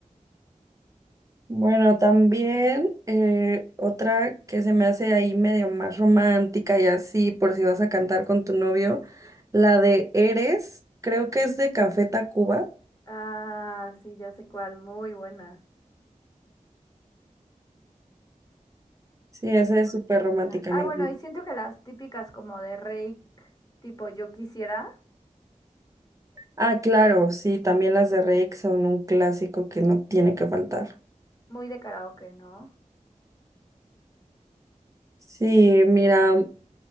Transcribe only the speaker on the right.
Bueno, también eh, otra que se me hace ahí medio más romántica y así, por si vas a cantar con tu novio, la de Eres, creo que es de Café Tacuba.
Sí, esa
es súper
romántica,
me
encanta.
Ah, claro, sí, también las de Rake son un clásico que no tiene que faltar.
Sí, mira,